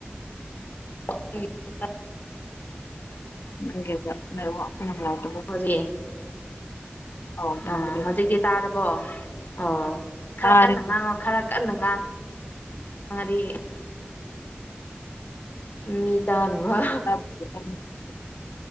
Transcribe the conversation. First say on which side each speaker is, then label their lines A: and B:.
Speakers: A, on the left (about 50°); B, on the left (about 80°).
A: <unintelligible>
B: ꯅꯦ ꯑꯗꯨꯔ ꯐ <unintelligible>
A: ꯍꯧꯖꯤꯛ
B: ꯑꯧ ꯇꯥꯔꯦ
A: ꯎꯝ ꯍꯧꯖꯤꯛꯛꯇꯤ ꯇꯥꯔꯕꯣ ꯑꯣ ꯈꯔ
B: ꯇꯥꯔꯦ
A: ꯀꯟꯅ ꯉꯥꯡꯉꯣ ꯈꯔ ꯀꯟꯅ ꯉꯥꯡ ꯃꯗꯤ ꯃꯤ ꯇꯥꯅꯕ
B: ꯎꯝ <inaudible>